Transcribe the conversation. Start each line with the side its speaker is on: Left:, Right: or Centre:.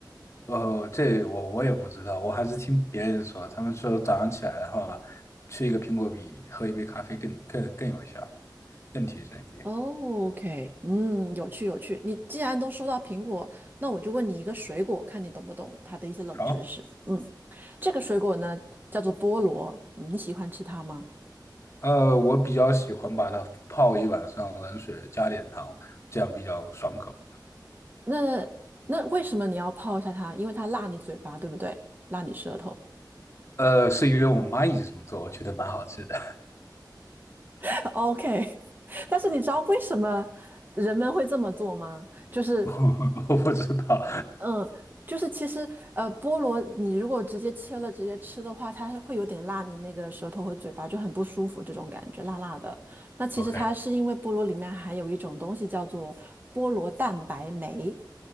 Left: 呃，这我我也不知道，我还是听别人说，他们说早上起来的话，吃一个苹果比喝一杯咖啡更更更有效，更提神一点。
Right: 哦，OK，嗯，有趣有趣。你既然都说到苹果，那我就问你一个水果，看你懂不懂它的一些冷知识。
Left: 好。
Right: 嗯，这个水果呢叫做菠萝，嗯你喜欢吃它吗？
Left: 呃，我比较喜欢把它泡一晚上冷水，加点糖，这样比较爽口。
Right: 那那为什么你要泡一下它？因为它辣你嘴巴，对不对？辣你舌头。
Left: 呃，是因为我妈一直这么做，我觉得蛮好吃的。
Right: <laughs> OK，<laughs> 但是你知道为什么人们会这么做吗？就是。
Left: <laughs> 我我不知道。
Right: 嗯，就是其实呃，菠萝你如果直接切了直接吃的话，它会有点辣，你那个舌头和嘴巴就很不舒服，这种感觉辣辣的。那其实它是因为菠萝里面含有一种东西叫做菠萝蛋白酶，
Left: OK，